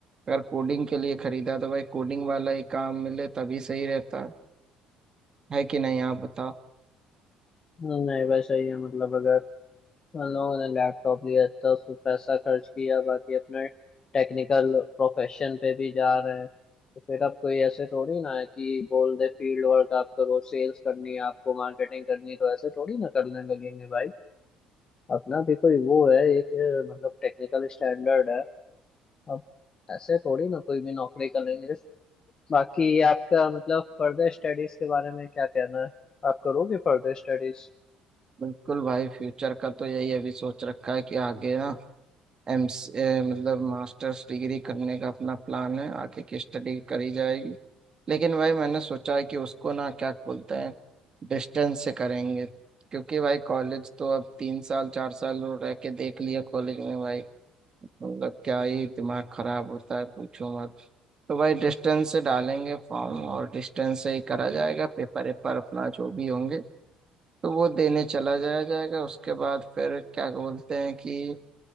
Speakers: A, on the right; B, on the left.
A: अगर कोडिंग के लिए खरीदा तो भाई कोडिंग वाला ही काम मिले तभी सही रहता है है कि नहीं आप बताओ
B: नहीं भाई सही है मतलब अगर उन लोगों ने लैपटॉप लिया था उस पर पैसा खर्च किया बाकी अपने टेक्निकल प्रोफेशन पे भी जा रहे हैं तो फिर अब कोई ऐसे थोड़ी ना है कि बोल दे फील्ड वर्क आप करो सेल्स करनी है आपको मार्केटिंग करनी है, तो ऐसे थोड़ी ना करने लगेंगे भाई अपना भी कोई वो है एक अ, मतलब टेक्निकल स्टैंडर्ड है अब ऐसे थोड़ी ना कोई भी नौकरी करेंगे बाकी आपका मतलब फर्दर स्टडीज के बारे में क्या कहना है आप करोगे फर्दर स्टडीज
A: बिल्कुल भाई फ्यूचर का तो यही अभी सोच रखा है कि आगे ना एम मतलब मास्टर्स डिग्री करने का अपना प्लान है आगे की स्टडी करी जाएगी लेकिन भाई मैंने सोचा है कि उसको ना क्या बोलते हैं डिस्टेंस से करेंगे क्योंकि भाई कॉलेज तो अब तीन साल चार साल रह के देख लिया कॉलेज में भाई मतलब क्या ही दिमाग खराब होता है पूछो मत तो भाई डिस्टेंस से डालेंगे फॉर्म और डिस्टेंस से ही करा जाएगा पेपर वेपर अपना जो भी होंगे तो वो देने चला जाया जाएगा उसके बाद फिर क्या बोलते हैं कि